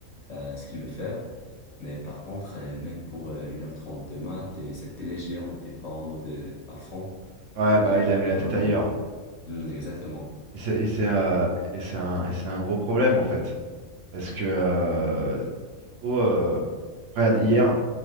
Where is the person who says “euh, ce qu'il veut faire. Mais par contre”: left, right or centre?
Left